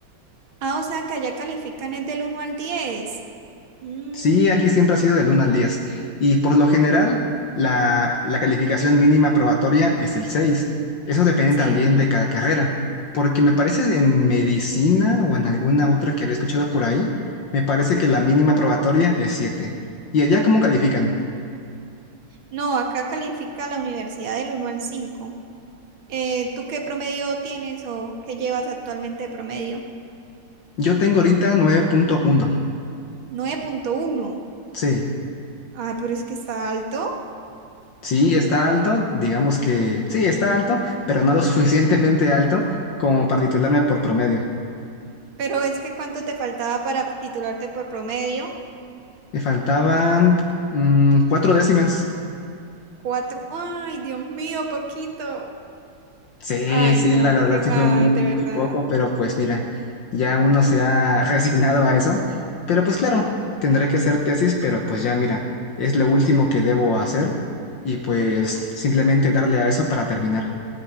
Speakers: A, on the right; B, on the left.
A: Ah, o sea que allá califican es del uno al diez Mm,
B: Sí, aquí siempre ha sido del 1 al 10. Y por lo general, la, la calificación mínima probatoria es el 6. Eso depende
A: sí.
B: también de cada carrera. Porque me parece en medicina o en alguna otra que había escuchado por ahí, me parece que la mínima probatoria es siete. ¿Y allá cómo califican?
A: No, acá califica la universidad del uno al cinco Eh, ¿tú qué promedio tienes o qué llevas actualmente de promedio?
B: Yo tengo ahorita nueve punto uno.
A: nueve punto uno
B: Sí,
A: Ah, pero es que está alto.
B: sí, está alto, digamos que sí, está alto, pero no lo <laughs> suficientemente alto como para titularme por promedio.
A: Pero es que ¿cuánto te faltaba para titularte por promedio?
B: Me faltaban mm, cuatro décimas.
A: cuatro Ay, Dios mío, poquito.
B: Sí,
A: Ay,
B: sí,
A: no,
B: la verdad
A: qué mal,
B: sí fue muy,
A: de verdad.
B: muy poco, pero pues mira, ya uno se ha <laughs> resignado a eso. Pero pues claro, tendré que hacer tesis, pero pues ya mira, es lo último que debo hacer y pues simplemente darle a eso para terminar.